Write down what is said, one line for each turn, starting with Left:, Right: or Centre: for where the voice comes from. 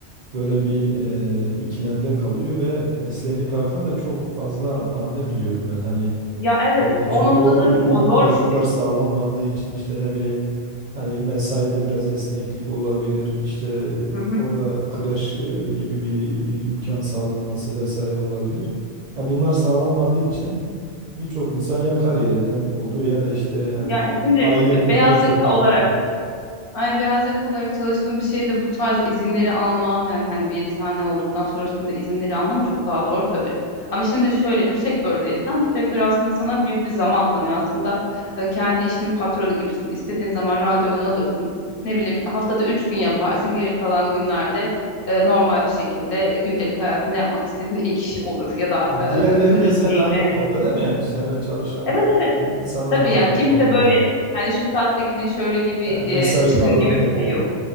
Right: böyle bir e, ikilemde kalıyor ve mesleğini bırakan da çok fazla anne biliyorum ben. Hani
Left: Ya evet,
Right: e, çünkü
Left: o noktada
Right: o i- uygun
Left: o zor
Right: koşullar
Left: bir şey.
Right: sağlanmadığı için işte ne bileyim hani mesaide biraz esneklik olabilir. işte e,
Left: Hı hı.
Right: orada kreş e, gibi bir i- imkan sağlanması vesaire olabilir. Ya bunlar sağlanmadığı için birçok insan ya kariyerinden oluyor ya da işte yani
Left: Yani şimdi
Right: aile
Left: be-
Right: kurmayı
Left: beyaz
Right: çok
Left: yaka
Right: geciktiriyor.
Left: olarak Aynı beyaz yaka olarak çalıştığım bir şeyde bu tarz izinleri alman yani hani bir yeri sahne olduktan sonrasında izinleri alman çok daha zor tabii. Ama şimdi şöyle bu sektördeysen bu sektör aslında sana büyük bir zaman tanıyor. Aslında e, kendi işinin patronu gibisin. İstediğin zaman randevunu alırsın. Ne bileyim haftada üç gün yaparsın. Geri kalan günlerde e, normal bir şekilde gündelik hayatında yapmak istediğin ek iş olur ya da
Right: Ya
Left: e,
Right: diğerleri
Left: çocuğunla
Right: de seninle
Left: ilgilenirsin.
Right: aynı konuda değil mi? Yani seninle çalışan
Left: Evet evet
Right: e, insanlar
Left: tabii
Right: da
Left: yani
Right: aynı
Left: kimse
Right: konumda.
Left: böyle
Right: ha.
Left: hani şu saatte gelin şöyle gibi
Right: E,
Left: e,
Right: Mesai
Left: çıkın
Right: kavramı
Left: gibi
Right: yok
Left: bir şey
Right: yani.
Left: yok.